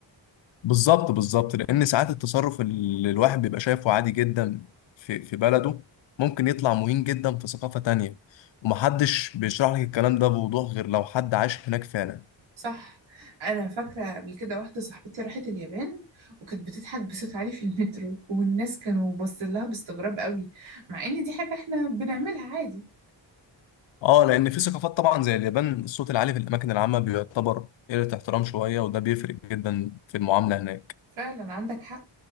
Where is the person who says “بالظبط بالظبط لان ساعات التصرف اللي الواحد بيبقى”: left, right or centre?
Left